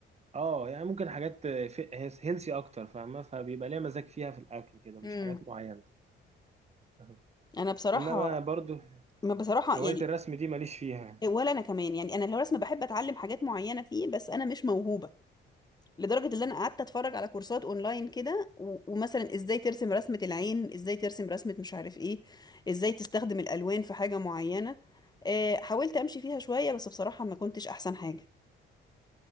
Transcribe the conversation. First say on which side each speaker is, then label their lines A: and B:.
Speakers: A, on the right; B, on the left.
A: اه يعني ممكن حاجات هيلثي اكتر فاهمه فبيبقى ليا مزاج فيها في الاكل كده مش
B: امم
A: حاجات معينه أها.
B: انا بصراحه
A: انما برضو
B: ما بصراحه
A: هوايه
B: يعني
A: الرسم دي ماليش فيها
B: ولا انا كمان يعني انا الرسم بحب اتعلم حاجات معينه فيه بس انا مش موهوبه لدرجه ان انا قعدت اتفرج على كورسات اونلاين كده و- ومثلا ازاي ترسم رسمه العين ازاي ترسم رسمه مش عارف ايه ازاي تستخدم الالوان في حاجه معينه آه، حاولت امشي فيها شويه بس بصراحه ما كنتش احسن حاجه